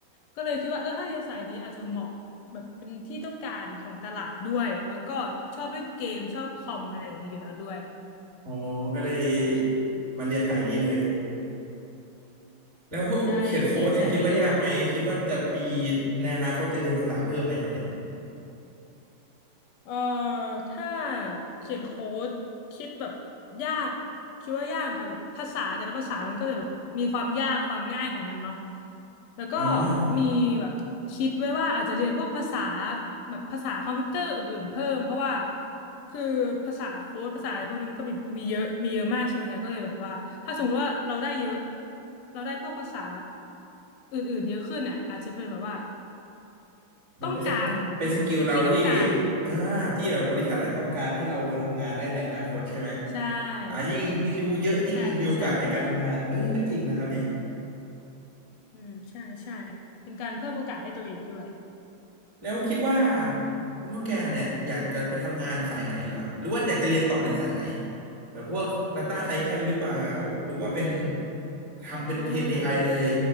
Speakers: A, on the left; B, on the right.
A: ก็เลยคิดว่าเออถ้าเรียนสายนี้อาจจะเหมาะแบบเป็นที่ต้องการของตลาดด้วย แล้วก็ชอบเล่นเกมชอบคอมอะไรอย่างนี้อยู่แล้วด้วย
B: อ๋อก็เลย
A: ใช่ค่ะ
B: มาเรียนสายนี้เลยแล้วเขียนโค้ดเนี่ยคิดว่ายากไหมคิดว่าจะมี
A: ใช่เรียนสายนี้เลยแบบ
B: ในอนาคตจะเรียนภาษาเพิ่มไหมครับเนี่ย
A: เอ่อถ้าเขียนโค้ดคิดแบบยากคิดว่ายากนะคะแบบภาษาแต่ละภาษามันก็จะแบบมีความยากความง่ายของมันเนาะแล้วก็
B: อ่า
A: มีแบบคิดไว้ว่าอาจจะเรียนพวกภาษาแบบภาษาคอมพิวเตอร์อื่นๆเพิ่มเพราะว่าคือภาษาโค้ดภาษาอะไรพวกนี้มันก็มีมีเยอะมีเยอะมากใช่ไหมคะก็เลยแบบว่าถ้าสมมติว่าเราได้เยอะเราได้พวกภาษาอื่นๆเยอะขึ้นเนี่ยอาจจะเป็นแบบว่า
B: มันเป็นสกเป็นสกิลเราที่
A: ต้องการเหมือนเป็นที่ต้องการ
B: อ่าที่แบบบริษัทอาจจะต้องการให้เราไปทำงานได้ในอนาคตใช่ไหม
A: อ่า ใช่
B: อ่ายิ่งยิ่งรู้เยอะยิ่งมีโอกาสในการทำงานเออก็จริงนะครับเนี่ย
A: ใช่ค่ะใช่อืมใช่ใช่เป็นการเพิ่มโอกาสให้ตัวเองด้วย
B: แล้วคิดว่าคุณเท่าแกเนี่ยอยากจะไปทำงานสายไหนเหรอหรือว่าอยากจะเรียนต่อในสายไหนแบบพวก Data Science หรือเปล่าหรือว่าเป็นทำเป็นเทรนเอไ
A: อ่า
B: i เลย